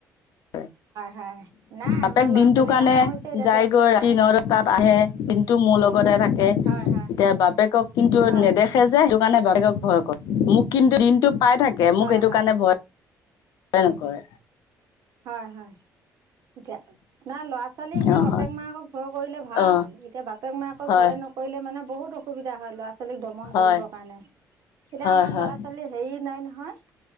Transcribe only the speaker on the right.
হয় নাই
আমাৰ ল'ৰা
ছোৱালী
ডাঙৰ হৈছে এতিয়া
টেনচন
নাই।
হয় হয়
হয়
হয়
হয়
হ'য়, হ'য়। এতিয়া, নাই ল'ৰা- ছোৱালী এনেও
বাপেক-
মাকক ভয় কৰিলে ভাল।
এতিয়া বাপেক মাকক
ভয় ন্‌ নকৰিলে মানে বহুত অসুবিধা হ'য় ল'ৰা ছোৱালীক দমন
কৰিব কাৰণে। এতিয়া
আমাৰ
ল'ৰা -ছোৱালী হেৰি নাই নহয়। হ'য়,